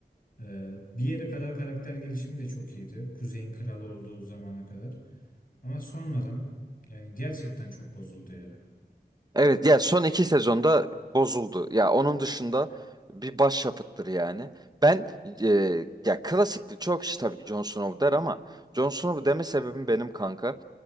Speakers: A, on the left; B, on the right.
A: Ee, bir yere kadar karakter gelişimi de çok iyiydi. Kuzey'in kralı olduğu zamana kadar. Ama sonradan yani gerçekten çok bozuldu ya.
B: Evet ya son iki sezonda bozuldu. Ya onun dışında bir başyapıttır yani. Ben e, ya klasikti çok kişi tabii ki Jon Snow der ama Jon Snow deme sebebim benim kanka.